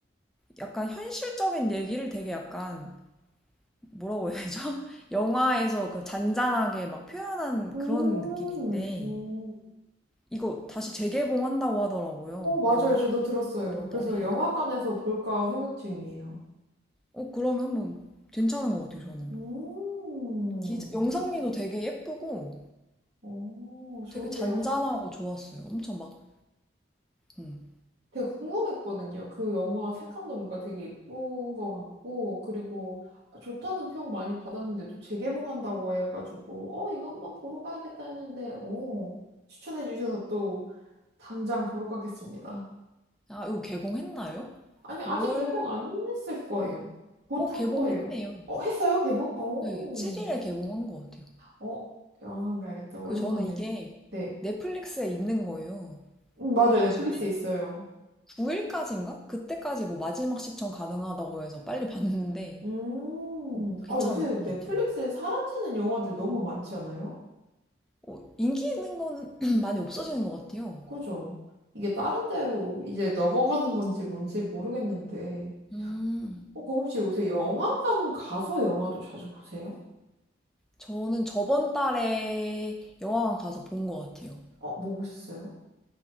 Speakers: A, in the centre; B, on the right (about 60°).
A: 약간 현실적인 얘기를 되게 약간 뭐라고 해야 되죠? <laughs> 영화에서 그 잔잔하게 막 표현한
B: 음,
A: 그런 느낌인데
B: 음.
A: 이거 다시 재개봉한다고 하더라고요.
B: 어, 맞아요.
A: 영화
B: 저도 들었어요.
A: 이번
B: 그래서
A: 달에.
B: 영화관에서 볼까 생각 중이에요.
A: 어, 그러면 뭐 괜찮은 것 같아요, 저는.
B: 음,
A: 기- 영상미도 되게 예쁘고
B: 오, 좋은데요?
A: 되게 잔잔하고 좋았어요. 엄청 막, 음.
B: 되게 궁금했거든요. 그 영화 색감도 뭔가 되게 예쁜 것 같고, 그리고 좋다는 평 많이 받았는데 또 재개봉한다고 해가지고, 어, 이거 한번 보러 가야겠다 했는데, 오, 추천해 주셔서 또 당장 보러 가겠습니다.
A: 아, 이거 개봉했나요?
B: 아니, 아직
A: 5월,
B: 개봉 안 했을 거예요. 곧
A: 어, 개봉했네요.
B: 할 거예요. 어, 했어요? 개봉? 어,
A: 네, 7일에 개봉한 것 같아요.
B: 어, 영화관 가야겠다. 오랜만에.
A: 그 저는 이게
B: 네.
A: 넷플릭스에 있는 거예요.
B: 음, 맞아요.
A: 그래가지고
B: 넷플릭스에 있어요.
A: 9일까지인가? 그때까지 뭐 마지막 시청 가능하다고 해서 빨리 봤는데
B: 음,
A: 어, 괜찮은
B: 아, 요새
A: 것 같아요.
B: 넷플릭스에 사라지는 영화들 너무 많지 않아요?
A: 어, 인기 있는 거는 <clears throat> 많이 없어지는 것 같아요.
B: 그죠? 이게 다른 데로 이제 넘어가는 건지 뭔지 모르겠는데.
A: 음.
B: 어, 그럼 혹시 요새 영화관 가서 영화도 자주 보세요?
A: 저는 저번 달에 영화관 가서 본 것 같아요.
B: 어, 뭐 보셨어요?